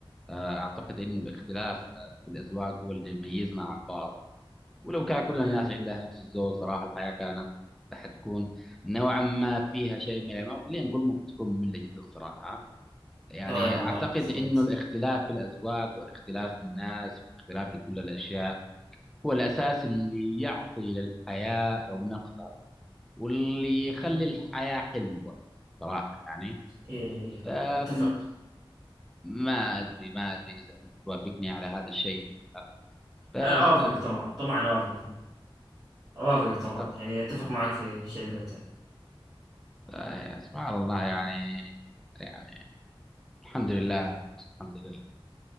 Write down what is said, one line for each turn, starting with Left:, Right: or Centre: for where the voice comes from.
Centre: آه، اعتقد انه الاختلاف آه، في الاذواق هو اللي يميزنا عن بعض ولو كان كل الناس
Right: امم
Centre: عندها نفس الذوق صراحه الحياه كانت حتكون نوعا ما فيها شيء من الملل خلينا نقول ممكن تكون ممله جدا صراحه يعني
Right: آه والله
Centre: اعتقد
Right: صدقت
Centre: انه الاختلاف في الاذواق والاختلاف في الناس والاختلاف في كل الاشياء هو الاساس اللي يعطي للحياه رونقها واللي يخلي
Right: مهم.
Centre: الحياة حلوة صراحة يعني
Right: ايه ايه إيه.
Centre: أم،
Right: اتفق
Centre: ما أدري ما أدري إذا أنت توافقني على هذا الشيء بس
Right: آه، اوافقك طبعا طبعا اوافقك اوافقك طبعا
Centre: أعتقد
Right: يعني اتفق معك في الشيء اللي قلته
Centre: آه، سبحان الله يعني يعني الحمد لله الحمد لله